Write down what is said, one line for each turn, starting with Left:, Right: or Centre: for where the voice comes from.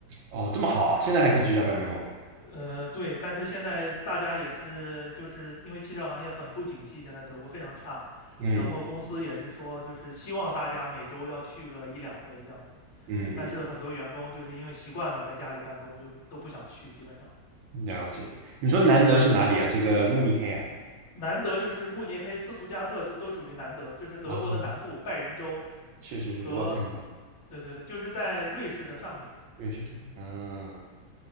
Right: 哦，这么好啊，现在还可以居家办公哦。
Left: 呃，对，但是现在大家也是，就是因为汽车行业很不景气，现在德国非常差，
Right: 嗯
Left: 然后公司也是说，就是希望大家每周要去个一两回这样子，
Right: 嗯嗯。
Left: 但是很多员工就是因为习惯了在家里办公，就都不想去，基本上。
Right: 了解。你说南德是哪里啊？这个慕尼黑啊？
Left: 南德就是慕尼黑、斯图加特，就都属于南德，就是德国的南部，
Right: 啊，
Left: 拜仁州
Right: 是是是，
Left: 和，
Right: 我有看到
Left: 对对对，就是在瑞士的上面，
Right: 瑞士上，嗯，